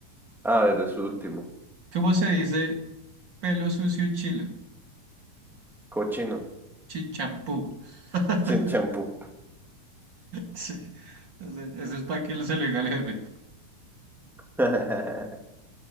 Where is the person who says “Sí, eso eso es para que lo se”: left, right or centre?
Right